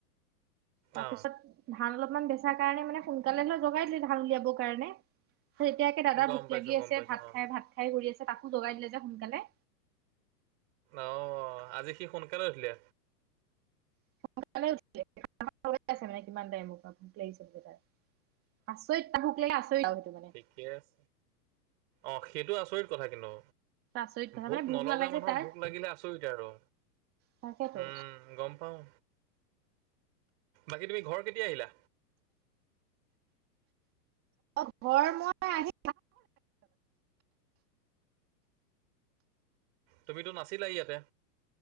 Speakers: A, on the right; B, on the right.
A: তাৰপিছত
B: অ
A: ধান অলপমান বেচাৰ কাৰণে মানে সোনকালে হ'লে জগাই দিলে ধান উলিয়াবৰ কাৰণে। এতিয়া একে দাদা
B: গম
A: ভোক
B: পাইছো
A: লাগি
B: গম
A: আছে
B: পাইছো
A: ভাত
B: অ
A: খাই, ভাত খাই কৰি আছে তাকো জগাই দিলে যে সোনকালে।
B: অ', আজি সি সোনকালে উঠিলে?
A: সোনালে উঠিলে <unintelligible> কিমান টাইমৰ পৰা ভুক লাগিছে বুলি তাৰ। আচৰিত, তাৰ ভোক লাগে আচৰিত আৰু সেইটো মানে।
B: ইয়েছ। অ', সেইটো আচৰিত কথা কিন্তু।
A: আচৰিত কথা
B: ভোক
A: মানে
B: নলগা
A: নালাগে
B: মানুহৰ
A: তাৰ
B: ভোক লাগিলে আচৰিত আৰু।
A: তাকেতো।
B: উম গম পাওঁ বাকী তুমি ঘৰ কেতিয়া আহিলা?
A: অ', ঘৰ মই আহি
B: তুমিতো নাছিলা ইয়াতে?